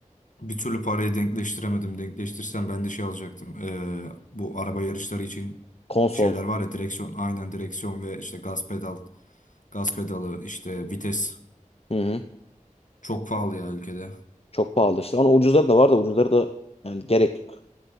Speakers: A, on the left; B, on the left.
A: bir türlü parayı denkleştiremedim. Denkleştirsem ben de şey alacaktım. E, bu araba yarışları için
B: Konsol.
A: şeyler var ya direksiyon. Aynen direksiyon ve işte gaz pedal. Gaz pedalı işte vites.
B: Hı hı.
A: Çok pahalı ya ülkede.
B: Çok pahalı işte. Ama ucuzları da var da ucuzları da yani gerek yok.